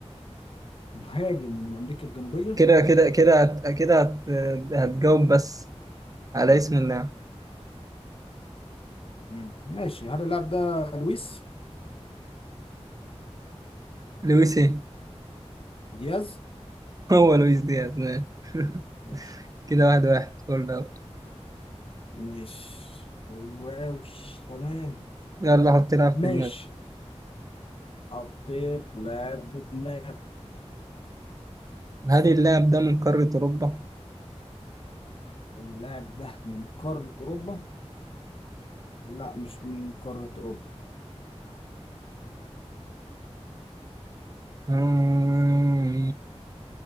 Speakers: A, on the left; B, on the right.
A: مهاجم من أمريكا الجنوبية؟
B: كده كده كده هت... كده هت... هتجاوب بس على اسم اللاعب
A: مم. ماشي هل اللاعب ده لويس
B: لويس ايه
A: دياز؟
B: <laughs> هو لويس دياز ماشي. <laughs>
A: ماشي
B: كده واحد واحد فول اوت
A: ماشي واو تمام
B: يلا حط لعب
A: ماشي
B: في دماغك
A: حطيت لاعب في دماغي
B: هل اللاعب ده من قارة أوروبا؟
A: اللاعب ده من قارة أوروبا؟ لا مش من قارة أوروبا
B: مم.